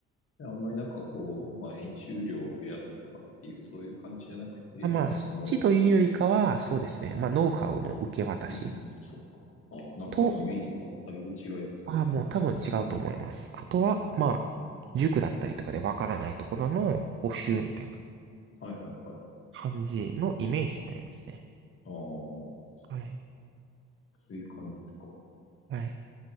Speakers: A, on the left (about 45°); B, on the right (about 45°).
A: であんまりなんかこう、まあ、演習量を増やすとかっていう、そういう感じじゃなくて、
B: まあまあそっちというよりかは、
A: まあ、こ
B: そうですね。まあノウハウの受け渡し
A: の、うん、そうか。あ、なんかイメージがだいぶ違いますね。
B: と、ああもう多分違うと思います。あとは、
A: うん、
B: まあ、塾だったりとかでわからないところの補習みたいな
A: はいはいはい。あ
B: 感じのイメージになりますね。
A: あ、そう
B: はい。
A: そういう感じですか。
B: はい。